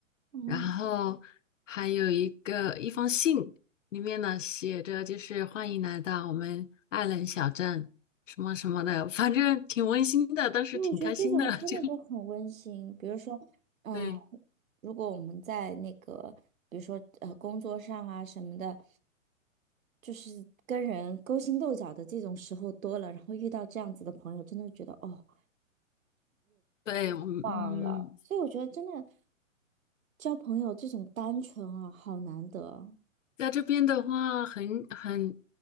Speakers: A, on the right; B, on the left.
A: 嗯。
B: 然后还有一个一封信。里面呢写着就是欢迎来到我们艾伦小镇什么什么的，反正挺温馨的，当时挺开心的。
A: 因为我觉得这种真的就很温馨。
B: <laughs> 就
A: 比如说，嗯，
B: 对
A: 如果我们在那个，比如说呃，工作上啊什么的，就是跟人勾心斗角的这种时候多了，然后遇到这样子的朋友，真的觉得哦，
B: 对，嗯，
A: 忘了。所以我觉得真的交朋友这种单纯啊，好难得。
B: 在这边的话很很